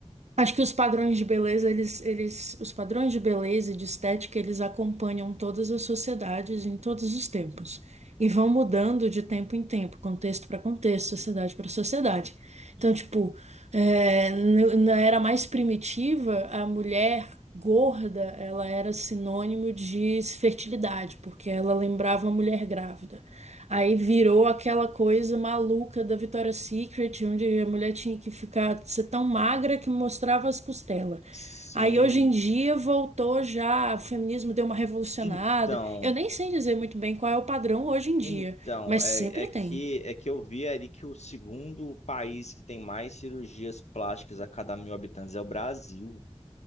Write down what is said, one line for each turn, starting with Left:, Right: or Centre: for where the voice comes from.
Right: acho que os padrões de beleza, eles, eles, os padrões de beleza e de estética, eles acompanham todas as sociedades em todos os tempos. E vão mudando de tempo em tempo, contexto para contexto, sociedade para sociedade. Então, tipo, É, no- na era mais primitiva, a mulher gorda, ela era sinônimo de fertilidade, porque ela lembrava uma mulher grávida. Aí virou aquela coisa maluca da Victoria's Secret, onde a mulher tinha que ficar, ser tão magra que mostrava as costelas.
Left: Sim,
Right: Aí hoje em dia voltou já, o feminismo deu uma revolucionada.
Left: então.
Right: Eu nem sei dizer muito bem qual é o padrão hoje em dia,
Left: Então,
Right: mas
Left: é,
Right: sempre
Left: é que
Right: tem.
Left: é que eu vi ali que o segundo país que tem mais cirurgias plásticas a cada mil habitantes é o Brasil.